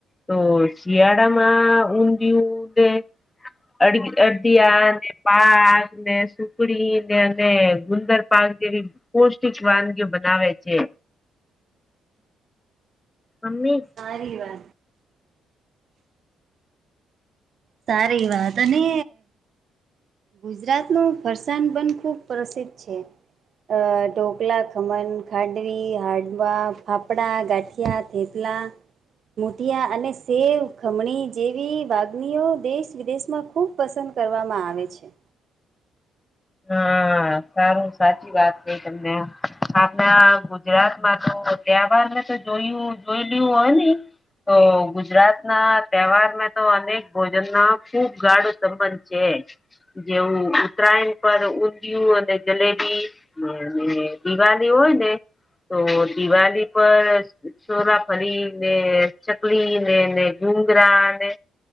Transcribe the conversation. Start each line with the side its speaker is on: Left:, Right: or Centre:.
Left: તો શિયાળામાં ઊંધિયું ને અ અડદિયા ને પાક ને સુખડી ને ગુંદર પાક જેવી પૌષ્ટિક વાનગ્ય બનાવે છે. મમ્મી
Right: આ રવા સારી વાત અને ગુજરાતનું ફરસાણ બંધ ખૂબ પ્રસિદ્ધ છે. અ ઢોકલા ખમણ ખાડવી હડવા ફાફડાડા ગાઠિયા થેતલા મુઠિયા અને સેવ ખમણી જેવી વાગણીઓ દેશ વિદેશમાં ખૂબ પસંદ કરવામાં આવે છે.
Left: હા સારું સાચી વાત કઈ તમને આપણા ગુજરાતમાં તો ત્યાંબદને તો જોયું જોઈ લું હોય ને તો ગુજરાત ના તહેવાર તો અનેક ભોજન ના ખુબ ગાડું સંબંધ જે જેવું ઉત્તરાયણ ર ઊંધિયું અને જલેબી અને દિવાળી હોય ને તો દિવાળી પર છોરા ફરી ને ચકલી ને ડુંગરા અને